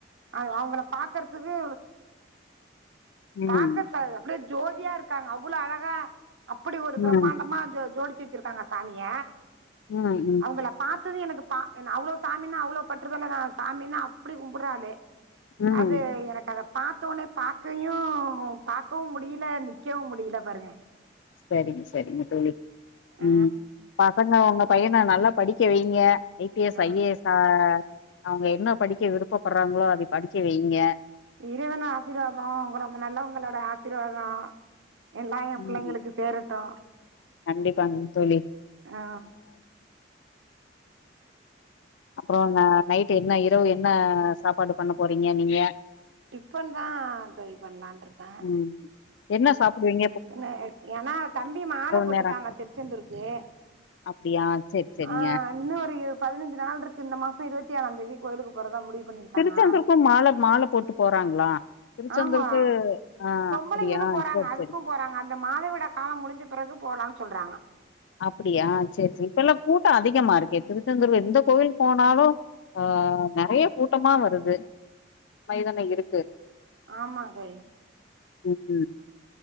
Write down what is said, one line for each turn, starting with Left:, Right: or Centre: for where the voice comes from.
Right: அது அவுங்கள பாக்கறதுக்கு
Left: ம்
Right: பாக்க அப்படியே ஜோதியா இருக்காங்க அவ்ளோ அழகா அப்படி ஒரு
Left: ம்
Right: பிரம்மாண்டமா ஜோ ஜோடிச்சு வச்சிருக்காங்க சாமிய
Left: ம் ம்
Right: அவுங்கள பாத்தது எனக்கு பா அவ்ளோ சாமினா அவ்ளோ பட்டுறதலா நா சாமினா அப்படி கும்பட்ற ஆளு
Left: ம்
Right: அது எனக்கு அத பாத்தோனே பாகையு பா க்கவு முடியல நிக்கவு முடியல பாருங்க
Left: சரிங்க சரிங்க தோழி
Right: ஆ
Left: ம் பசங்க உங்க பையன நல்லா படிக்க வைங்க ஐ பி எஸ்
Right: ஆ
Left: ஐ ஏ எஸ்ஸா அவங்க என்ன படிக்க விருப்பப்படுறாங்களோ அதை படிக்க வெய்ங்க
Right: இறைவனோட ஆசிர்வாத உங்களமா நல்லவங்களோட ஆசிர்வாத எல்லா எம் பிள்ளைங்களுக்கு
Left: ம்
Right: சேரட்டு
Left: கண்டிப்பாங்க தோழி
Right: ஆ
Left: அப்பறோ ந நைட் என்ன இரவு என்ன சாப்பாடு பண்ண போறிங்க நீங்க
Right: டிபன்தா தோழி பண்லான்ட்ருக்க
Left: ம் என்ன சாப்புடுவிங்க
Right: டிபனு ஏனா தம்பி மால போட்ருக்காங்க
Left: நேரோ
Right: திருச்செந்தூருக்கு
Left: அப்டியா செரி செரிங்க
Right: ஆ இன்னு ஒரு பதினஞ்சு நாள் இருக்கு இந்த மாச இருபத்தி ஆறாந் தேதி கோயிலுக்கு போறதா முடிவு பண்ணிருக்காங்க
Left: திருச்செந்தூருக்கு மால மால போட்டு போறாங்களா திருச்செந்தூருக்கு
Right: ஆமா
Left: ஆ
Right: பொம்பளைங்களு
Left: அப்பிடியா
Right: போறாங்க
Left: சேர்
Right: அதுக்கு
Left: செரி
Right: போறாங்க அந்த மாதவிடா காலம் முடிஞ்ச பிறகு போலான் சொல்றாங்க
Left: அப்பிடியா சேர் சேர் இப்பல்லா கூட்ட அதிகமா இருக்கே திருச்செந்தூர் எந்த கோவில் போனாலு ஆ நெறைய கூட்டமா வருது மைதான இருக்கு
Right: ஆமா தோழி
Left: ம் ம்